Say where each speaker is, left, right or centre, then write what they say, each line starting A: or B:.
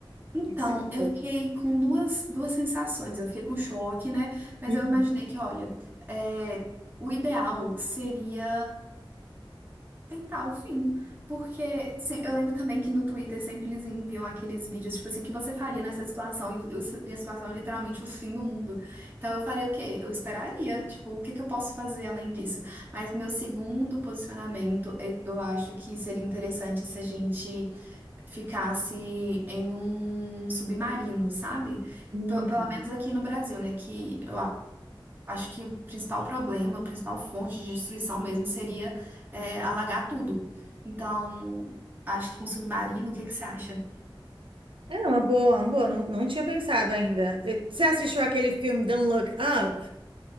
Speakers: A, on the right; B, on the right.
A: então,
B: que que você
A: eu
B: achou?
A: fiquei com duas, duas sensações. Eu fiquei com choque, né? Mas
B: Uhum.
A: eu imaginei que, olha, é, o ideal seria. aceitar o fim. Porque se- eu lembro também que no Twitter sempre eles enviam aqueles vídeos, tipo assim, o que você faria nessa situação? E, o- e a situação é literalmente o fim do mundo. Então eu faria o quê? Eu esperaria, tipo, o que que eu posso fazer além disso? Mas meu segundo posicionamento, é- eu acho que seria interessante se a gente ficasse em um submarino, sabe?
B: Uhum.
A: Pe- Pelo menos aqui no Brasil, né? Que eu Acho que o principal problema, a principal fonte de destruição mesmo seria é, alagar tudo. Então, acho que um submarino, o que que você acha?
B: É uma boa, uma boa. Não, não tinha pensado ainda. Eh, Você assistiu aquele filme Don't Look Up?